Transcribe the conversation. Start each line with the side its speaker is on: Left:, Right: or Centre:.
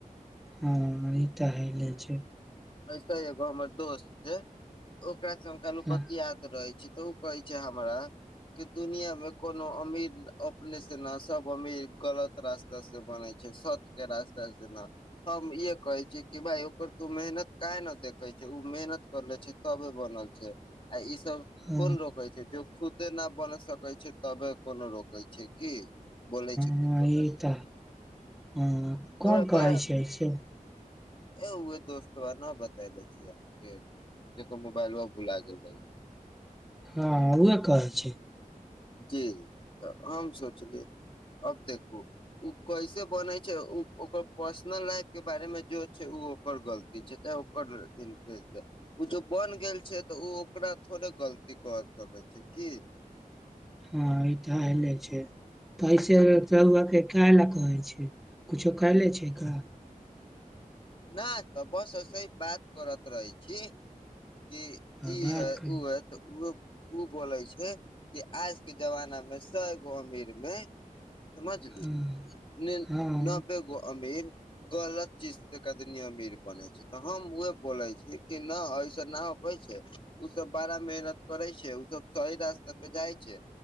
Centre: हाँ ई ते हय ले छै।
Left: ऐसे एगो हमर दोस्त छै। ओकरा से हम कल्हू
Centre: हँ
Left: बतीयात रहे छी। तऽ उ कहै छै हमरा कि दुनिया मे कोनो अमीर अपने से ना सब अमीर गलत रास्ता से बनै छै, सच के रास्ता से ना हम इहे कहे छीये कि भाय ओकर तू मेहनत काहे ने देखे छी, उ मेहनत करले छै तबे बनल छै, आय इ सब
Centre: ह
Left: कोन रोकै छै जो खुदे ना बन सकै छै, तबे कोनो रो के छै कि बोैलै छी
Centre: हाँ
Left: ककरो
Centre: ई
Left: बारे
Centre: ते हाँ कोन
Left: हमरा
Centre: कहै
Left: बड़ा
Centre: छै से।
Left: ए उहे दोस्तबा ना बतएले छी अहाँ के, जकर मुबाइलबा भूला गेल रहै छै।
Centre: हाँ, हाँ उहा कहै छै।
Left: जी त हम सोचली अब देखू उ कैसे बनै छै, उ ओकर पर्सनल लाइफ के बारे मे जे छै उ ओकर गलती छै, चाहे ओकर <unintelligible> कुछो बन गेल छै तऽ उ ओकरा थोड़े गलती कहै सकै छी की।
Centre: हाँ ई ते आएले छै। पैसे र रौउवा के काए ला कहै छै, कुछो कहले छै का।
Left: ना तऽ बस ऐसे ही बात करत रहै छी। कि
Centre: हां
Left: ई
Centre: भात
Left: है
Centre: खाई।
Left: है तऽ ओ उ बोलै छै कि आज के जमाना मे सौगो अमीर मे समझली,
Centre: हँ
Left: निन
Centre: हँ
Left: नब्बेगो अमीर गलत <unintelligible> दनी अमीर बने छै, तऽ हम उहे बोले छी कि ना <unintelligible> छै, उ सब बाड़ा मेहनत करै छै, उ सब सही रास्ता पे जाय छै,